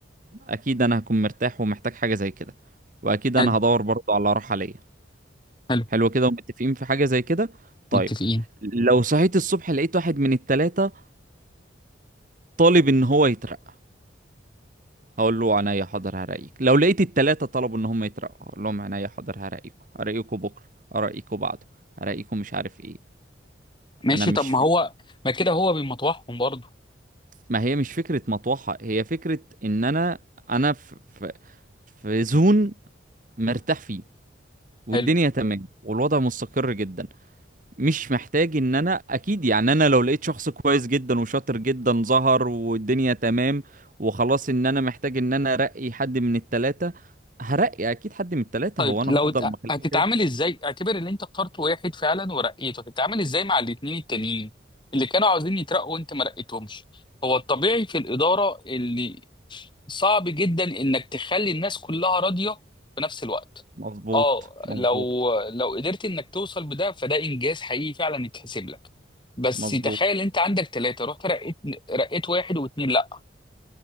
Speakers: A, on the right; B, on the left.
A: اكيد انا هكون مرتاح ومحتاج حاجه زي كده واكيد انا
B: حلو
A: هدور برضو على راحه ليا
B: حلو
A: حلو كده ومتفقين في حاجه زي كده طيب
B: متفقين
A: لو صحيت الصبح لقيت واحد من التلاتة طالب ان هو يترقى هقول له عينيا حاضر هرقيك لو لقيت التلاتة طلبوا ان هم يترقوا هقول لهم عينيا حاضر هرقيكوا هرقيكوا بكره هرقيكوا بعده هرقيكوا مش عارف ايه
B: ماشي
A: انا مش
B: طب ما هو ما كده هو بيمطوحهم برضه
A: ما هي مش فكره مطوحه هي فكره ان انا انا في في, في زون مرتاح فيه والدنيا
B: حلو
A: تمام والوضع مستقر جدا مش محتاج ان انا اكيد يعني انا لو لقيت شخص كويس جدا وشاطر جدا ظهر والدنيا تمام وخلاص ان انا محتاج ان انا ارقي حد من التلاتة هرقي اكيد حد من التلاتة
B: طيب
A: هو انا
B: لو
A: هفضل
B: ت-
A: مخليهم
B: هتتعامل
A: كده
B: ازاي اعتبر ان انت اخترت واحد فعلا ورقيته هتتعامل ازاي مع الاتنين التانيين اللي كانوا عاوزين يترقوا وانت ما رقيتهمش هو الطبيعي في الإدارة اللي صعب جدا انك تخلي الناس كلها راضية في نفس الوقت
A: مظبوط
B: اه
A: مظبوط
B: لو لو قدرت انك توصل بده فده انجاز حقيقي فعلا يتحسب لك بس
A: مظبوط
B: تخيل انت عندك ثلاثة رحت رقيت رقيت واحد واتنين لا